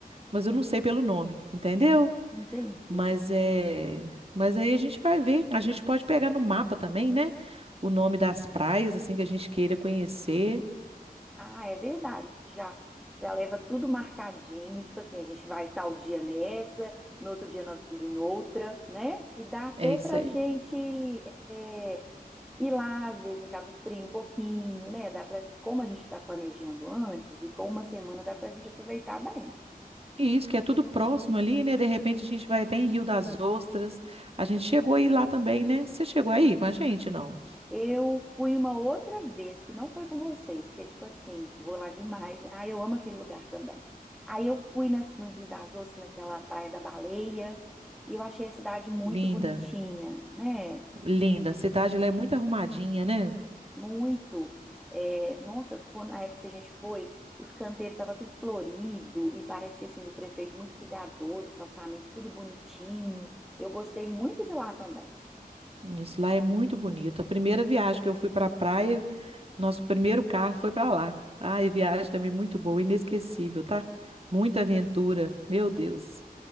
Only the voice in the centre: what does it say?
Entendi.
Ah, é verdade. Já, já leva tudo marcadinho. Tipo assim, a gente vai tal dia nessa, no outro dia nós vamos em outra, né? E dá até
pra gente é, ir lá, às vezes, em Cabo Frio um pouquinho, né? Dá pra, como a gente está planejando antes e com uma semana, dá pra gente aproveitar bem.
Eu fui uma outra vez, que não foi com vocês, porque, tipo assim, vou lá demais. Ah, eu amo aquele lugar também. Aí eu fui nesse- no Rio das Ostras, naquela Praia da Baleia, e eu achei a cidade muito
bonitinha, né?
Muito. É, nossa, quando, na época que a gente foi, os canteiros estavam tudo florido, e parecia, assim, o prefeito muito cuidadoso, calçamento tudo bonitinho. Eu gostei muito de lá também.